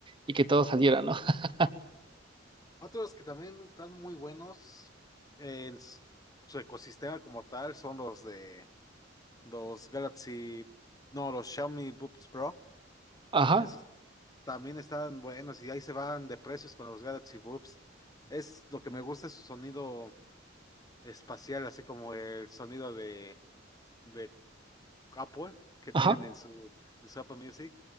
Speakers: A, on the right (about 25°); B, on the left (about 20°).
A: Y que todo saliera, ¿no? <laughs>
B: Otros que también están muy buenos en s- su ecosistema como tal son los de los Galaxy, no, los Xiaomi Buds Pro.
A: Ajá.
B: Esos también están buenos y ahí se van de precios con los Galaxy Buds. Es lo que me gusta es su sonido espacial, así como el sonido de de Apple que
A: Ajá.
B: tienen en su, en su Apple Music,